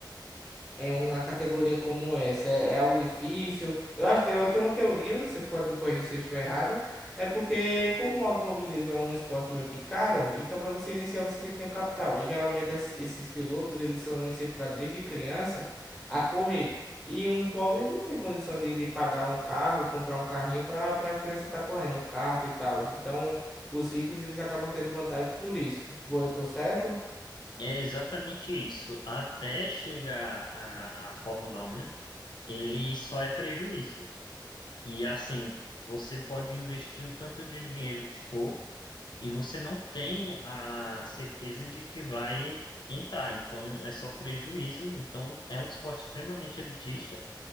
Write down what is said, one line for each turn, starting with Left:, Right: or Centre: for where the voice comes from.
Centre: em uma categoria como essa? É, é algo difícil? Eu acho que eu tenho uma teoria, você pode me corrigir se eu estiver errado. É porque, como o automobilismo é um esporte meio que caro, então para você iniciar você tem que ter um capital. E geralmente es- esses pilotos, eles são incentivados desde criança a correr. E um pobre, ele não tem condição de, de pagar um carro, comprar um carrinho para a criança estar correndo, um kart e tal. Então, os ricos, eles acabam tendo vantagem por isso. Boa, Eu tô certo?
Left: É exatamente isso. Até chegar à à Fórmula 1, ele só é prejuízo. E assim, você pode investir o tanto de dinheiro que for e você não tem a certeza de que vai entrar. Então, é só prejuízo. Então, é um esporte extremamente elitista.